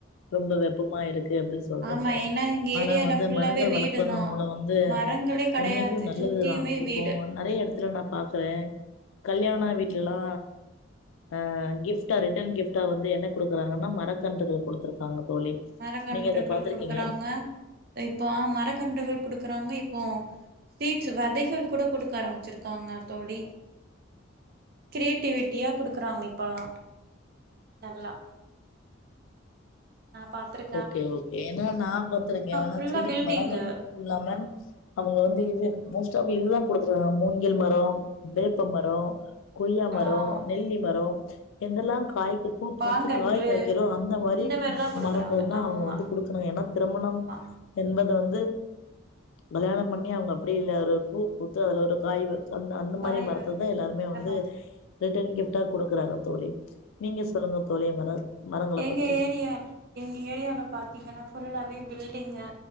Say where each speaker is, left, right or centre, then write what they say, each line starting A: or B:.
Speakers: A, on the left; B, on the right.
A: ரொம்ப வெப்பமா இருக்கு அப்டி சொல்றீங்க
B: ஆமா ஏன்னா எங்க
A: ஆனா
B: ஏரியால
A: வந்து
B: ஃபுல்லாவே
A: மரங்கள்
B: வீடு
A: வளர்பதன்
B: தா
A: மூலம் வந்து
B: மரங்களே கெடையாது
A: உண்மைக்கும் நன் நல்லதுதா
B: சுத்தியுமே
A: இப்போ
B: வீடு
A: நறைய இடத்துல நா பாக்கறே கல்யாண வீட்லல்லா
B: ம்
A: அ கிப்ட்டா ரிட்டர்ன் கிஃப்ட்டா வந்து என்ன குடுக்கறாங்கன்னா மரக்கன்றுகள் குடுத்துருக்காங்க தோழி
B: மரக்கன்றுகள்
A: நீங்க அத பாத்துருக்கீங்களா
B: குடுக்குறாங்க இப்போ மரக்கன்றுகள் குடுக்குறாங்க இப்போ சீட்ஸ் விதைகள் கூட குடுக்க ஆரம்பிச்சிருக்காங்க தோழி கிரியேட்டிவிட்டியா குடுக்கறாங்க இப்பெல்லா நல்லா நா பாத்திருக்
A: ஓக்கே ஓக்கே ஏன்னா நா பாத்துருக்கே ஆனா
B: ஃபுல்லா
A: செடி
B: பில்டிங்கு
A: மரங்கள் மட்டு முல்லாம அவுங்க
B: ஆ
A: வந்து இது மோஸ்ட் ஆப் இதுதா குடுத்துயிருகாங்க மூங்கில் மரம் வேப்ப மரோ கொய்யா மரோ
B: ஆ.
A: நெல்லி மரோ எந்தெல்லா காய்க்கு பூ பூத்து
B: மாங்கன்று
A: காய் காய்க்கிறோ அந்த மாறி
B: இந்த மாரி தான் குடுக்குறாங்க
A: மரம்
B: ஆமா
A: குடுக்கணு ஏன்னா திரமணம்
B: ஆமா
A: என்பது வந்து கல்யாணம் பண்ணி அவங்க அப்டி இல்லை அதில ஒரு பூ பூத்து அதுல ஒரு காய் வ அந்த அந்த மாதிரி
B: காய்
A: மரத்த
B: வரும்
A: தா எல்லாருமே
B: அந்த
A: வந்து
B: மாதிரி
A: ரிட்டன் கிஃப்ட்டா குடுக்குறாங்க தோழி நீங்க சொல்லுங்க தோழி மர மரங்கள
B: எங்க
A: பத்தி
B: ஏரியா எங்க ஏரியால பாத்தீங்கன்னா ஃபுல்லாவே பில்டிங்கு